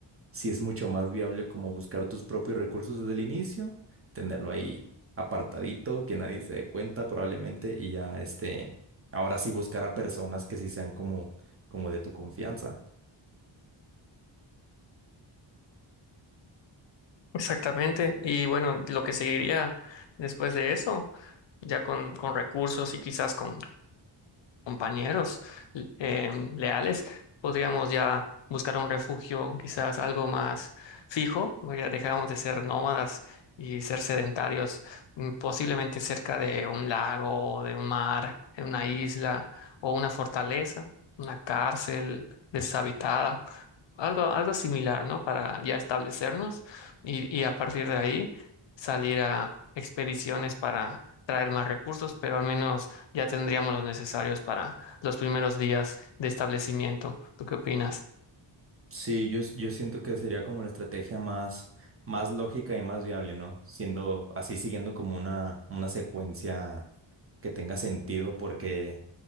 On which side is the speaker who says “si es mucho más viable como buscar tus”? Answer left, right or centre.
Right